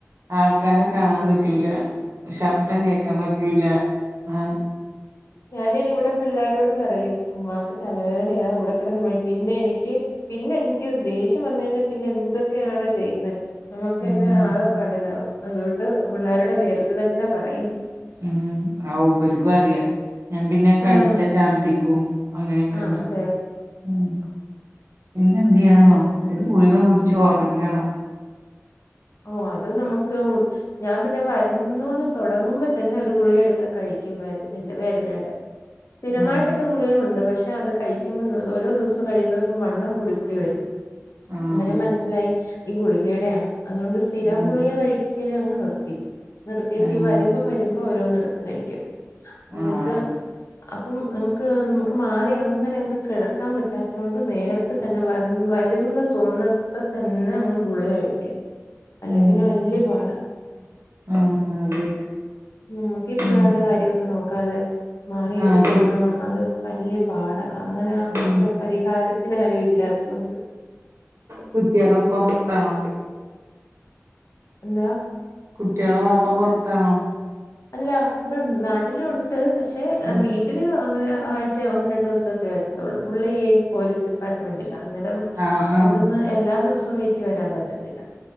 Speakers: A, on the right; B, on the left.
A: ആൾക്കാർ കാണാൻ പറ്റൂല ശബ്ദം കേക്കാൻ പറ്റൂല ആഹ
B: ഞാന് ഇനി ഇവിടെ പിള്ളോരോട് പറയും ഉമ്മാ ക് തലവേദനയാ ഇവിടെ കിടന്നു പോയ് പിന്നെ എനിക്ക് പിന്നെ എനിക്ക് ദേഷ്യം വന്നഴിഞ്ഞാ പിന്നെ എന്തൊക്കെ ആണ് ചെയ്യുന്ന നമക്ക്ന്നെ
A: ഉം
B: ആകെ പെടലാവും അതുകൊണ്ട് പിള്ളേരുടെ നേരത്ത് തന്നെ പറയും
A: ഉം ആഉ ബൽക്കു അറിയാ ഞാൻ പിന്നെ കഴിച്ച
B: ആഹ്
A: ഛർദിക്കും അങ്ങനെയൊക്കെണ്ട്
B: ആഹ് അതെ
A: ഉം പിന്നെ എന്ത്യ്യണെന്നോ ഒരു ഗുളിക കുടിച്ച് ഉറങ്ങണം
B: ഓഹ് അത് നമുക്ക് ഞാൻ പിന്നെ വരുന്നുന്ന് തുടങ്ങുമ്പോ തന്നെ ഒരു ഗുളിയെടുത്തൻ കഴിക്കും വേ ഇതിന്റെ വേദനയുടെ സ്ഥിരമായിട്ടൊക്കെ
A: ഉം
B: ഗുളിയുണ്ട് പഷ് ക്ഷെ അത് കഴിക്കുമ്പോന്ന ഓരോ ദിവസം കയിയും തോറും വണ്ണം കൂടി കൂടി വരുന്നു
A: ആഹ്
B: അന്നേരം മനസ്സിലായി ഈ ഗുളികടെയാണ് അതുകൊണ്ട് സ്ഥിരം
A: ഉം
B: ഗുളിക കഴിക്കും തീരെ അങ് നിർത്തി നിർത്തിയിട്ട്
A: ഉം
B: ഈ വരുമ്പം വരുമ്പോ ഓരോന്നട് ത്ത്കഴിക്കും എന്നിട്ട്
A: ആഹ്
B: അപ്പം നമുക്ക് നമുക്ക് മാറി അങ്ങനെ അങ്ങ് കെടക്കാൻ പറ്റാത്തോണ്ട് നേര പ്പത്തന്നെ വന്ന് വരുംന്ന് തോന്നപ്പത്തന്നെ അങ്ങ് ഗുളിക കഴിക്കും
A: ഉം
B: അല്ല പിന്നെ വല്ല്യ പാടാ
A: ആഹ് അതെ
B: നമ്മക്ക് ഈ പിള്ളേര്ടെ
A: ഉം
B: കാര്യഒക്കെ നോക്കാതെ മാറി
A: ആഹ്
B: കെടന്നാ
A: കു
B: അത് വല്ല്യ പാടാ അങ്ങനെ നമുക്ക്
A: ഉം
B: പരിഹാരത്തി പിന്നെ കഴിവില്ലാത്തോണ്ട്
A: കുട്ട്യേളപ്പ പൊർത്താണോ
B: എന്താ
A: കുട്ട്യാളെവാപ്പ പൊർത്താണോ
B: അല്ല ഇവിട്ണ്ട് നാട്ടിലുണ്ട് പക്ഷെ
A: ഉം
B: വീട്ടില് അങ്ങനെ ആഴ്ചെ ഒന്ന് രണ്ട് ദീസം ഒക്കെ എത്തുള്ളൂ ള്ള ഈ പോലീസ് ഡിപ്പാർട്ട്മെന്റിലാ അന്നരം
A: ആഹ് ആഹ്
B: അവിട്ന്ന് എല്ലാ ദൂസോം വീട്ടിൽ വരാൻ പറ്റ് ത്തില്ല